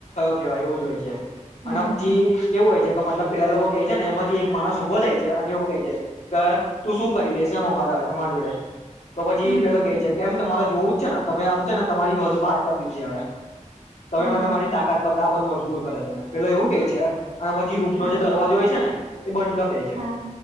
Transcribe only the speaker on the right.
હમ
હમ
હમ
હા
હા